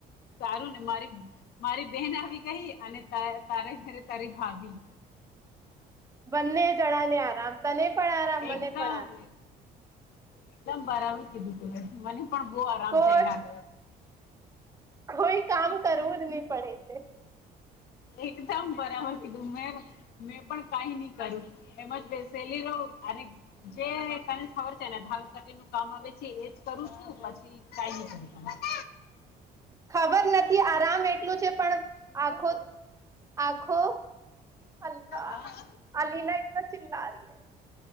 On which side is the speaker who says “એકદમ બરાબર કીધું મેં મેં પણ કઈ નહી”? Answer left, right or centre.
Left